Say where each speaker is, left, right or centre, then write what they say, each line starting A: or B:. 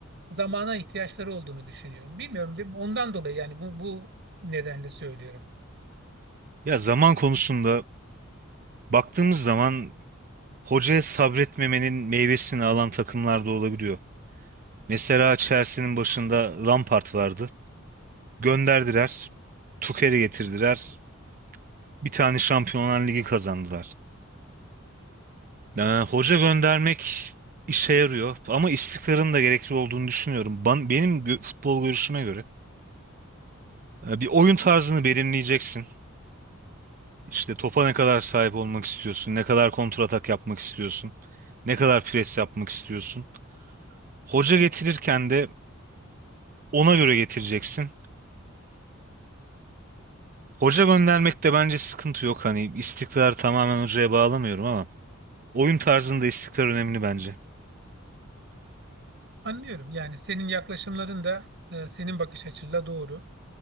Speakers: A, on the right (about 60°); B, on the right (about 40°).
A: zamana ihtiyaçları olduğunu düşünüyorum. Bilmiyorum, ondan dolayı yani bu, bu nedenle söylüyorum.
B: Ya zaman konusunda baktığımız zaman hocaya sabretmemenin meyvesini alan takımlar da olabiliyor. Mesela Chelsea'nin başında Lampard vardı. Gönderdiler. Tuchel'i getirdiler. Bir tane Şampiyonlar Ligi kazandılar. Yani hoca göndermek işe yarıyor ama istikrarın da gerekli olduğunu düşünüyorum. Ban- benim gö- futbol görüşüme göre e, bir oyun tarzını belirleyeceksin. İşte topa ne kadar sahip olmak istiyorsun, ne kadar kontratak yapmak istiyorsun, ne kadar pres yapmak istiyorsun. Hoca getirirken de ona göre getireceksin. Hoca göndermekte bence sıkıntı yok. Hani istikrar tamamen hocaya bağlamıyorum ama oyun tarzında istikrar önemli bence.
A: Anlıyorum. Yani senin yaklaşımların da e, senin bakış açınla doğru.